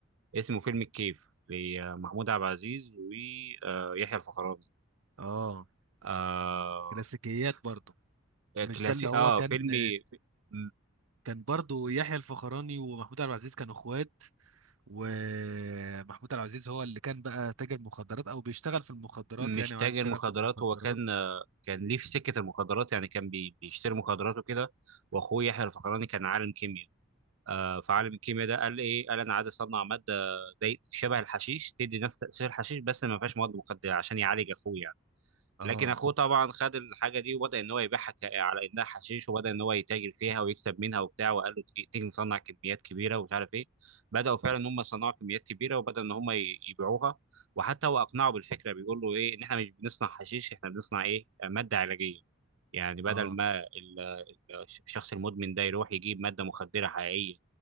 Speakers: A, on the right; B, on the right.
A: اسمه فيلم الكيف لمحمود عبد العزيز ويحيى الفخراني
B: اه
A: آه
B: كلاسيكيات برضه مش
A: كلاسيك
B: ده اللي هو
A: اه
B: كان
A: فيلم م-
B: كان برضو يحيى الفخراني ومحمود عبد العزيز كانوا اخوات ومحمود عبد العزيز هو اللي كان بقى تاجر مخدرات او بيشتغل في المخدرات
A: مش
B: يعني
A: تاجر
B: وعايز يشتغل
A: مخدرات
B: في المخدرات
A: هو كان آه، كان ليه في سكة المخدرات يعني كان بي- بيشتري مخدرات وكده واخوه يحيى الفخراني كان عالم كيمياء آه فعالم الكيمياء ده قال ايه قال انا عايز اصنع ماده زي شبه الحشيش تدي نفس تاثير الحشيش بس ما فيهاش مواد مخدره عشان يعالج اخوه يعني
B: اه
A: لكن اخوه طبعا خد الحاجه دي وبدا ان هو يبيعها ك- على انها حشيش وبدا ان هو يتاجر فيها ويكسب منها وبتاع وقال له تيجي تيجي نصنع كميات كبيره ومش عارف ايه بداوا فعلا ان هم يصنعوا كميات كبيره وبدا ان هم ي- يبيعوها وحتى هو اقنعه بالفكره بيقول له ايه ان احنا مش بنصنع حشيش احنا بنصنع ايه آه، ماده علاجيه يعني بدل
B: اه
A: ما ال- ال- الشخص المدمن ده يروح يجيب ماده مخدره حقيقيه